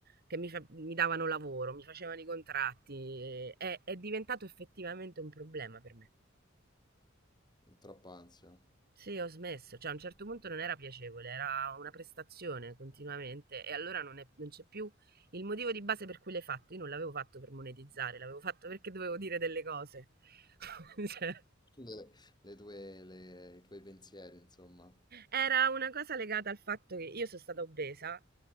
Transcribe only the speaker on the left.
troppa ansia.
Le, le tue, le- i tuoi pensieri, insomma.